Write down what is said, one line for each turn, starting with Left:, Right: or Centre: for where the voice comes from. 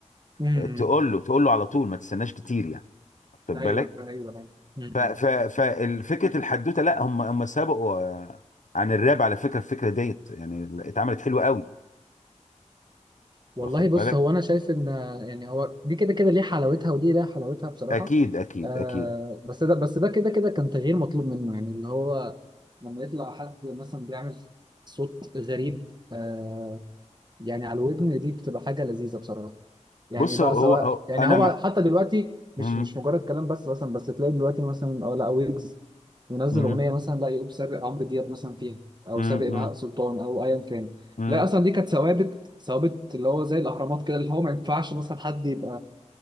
Right: امم
Left: آه، تقول له تقول له على طول ما تستناش كتير يعني واخد
Right: ايوه
Left: بالك
Right: ايوه ايوه مم.
Left: ف- ف- ففكره الحدوته لا هم هم سبقوا آه، عن الراب على فكره الفكره ديت يعني اتعملت حلوه قوي
Right: والله
Left: واخد
Right: بص
Left: بالك
Right: هو انا شايف ان يعني هو دي كده كده ليه حلاوتها ودي ليها حلاوتها بصراحه
Left: اكيد اكيد
Right: آه
Left: اكيد
Right: بس ده بس ده كده كده كان تغيير مطلوب منه يعني اللي هو لما يطلع حد مثلا بيعمل صوت غريب آه يعني على الودن دي بتبقى حاجة لذيذة بصراحة يعني
Left: بص
Right: بقى
Left: هو
Right: سواء
Left: هو هو
Right: يعني
Left: انا
Right: هو
Left: مع
Right: حتى دلوقتي مش
Left: مم،
Right: مش مجرد كلام بس مثلا بس تلاقي دلوقتي مثلا اه لا ويجز ينزل
Left: مم،
Right: أغنية مثلا لا يقوم سابق عمرو دياب مثلا فيها أو
Left: مم،
Right: سابق بهاء
Left: مم،
Right: سلطان أو أيا كان
Left: مم.
Right: لا أصلا دي كانت ثوابت ثوابت اللي هو زي الأهرامات كده اللي هو ما ينفعش مثلا حد يبقى